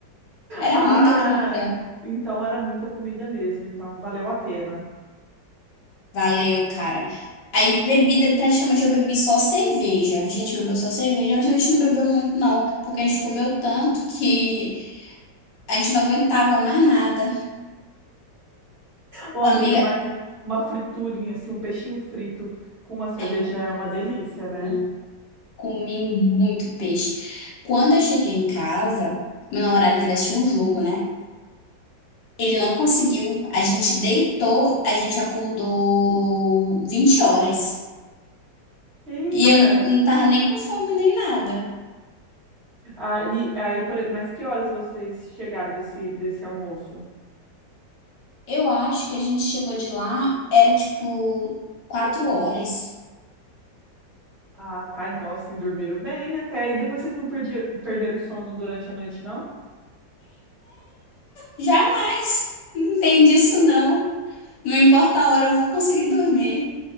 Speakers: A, on the left (about 75°); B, on the right (about 40°).
A: Era
B: Ah,
A: muita comida.
B: en- então era muita comida mesmo, então valeu a pena.
A: Valeu, cara. Aí, bebida, praticamente eu bebi só cerveja. A gente bebeu só cerveja, mas a gente não bebeu muito, não, porque a gente comeu tanto que a gente não aguentava mais nada.
B: Ô, amiga,
A: Amiga,
B: mas uma friturinha, assim, um peixinho frito com uma cerveja
A: aí eu comi,
B: é uma delícia, né?
A: comi, comi muito peixe. Quando eu cheguei em casa, meu namorado queria assistir um jogo, né? Ele não conseguiu. A gente deitou, a gente acordou 20 horas.
B: Eita!
A: E eu n- não tava nem com fome nem nada.
B: Aí, aí, por- mas que horas vocês chegaram desse, desse almoço?
A: Eu acho que a gente chegou de lá, era tipo 4 horas.
B: Ah, tá, então assim, dormiram bem até. E depois vocês não perdi, perderam o sono durante a noite, não?
A: Jamais! Não tem disso não. Não importa a hora, eu vou conseguir dormir.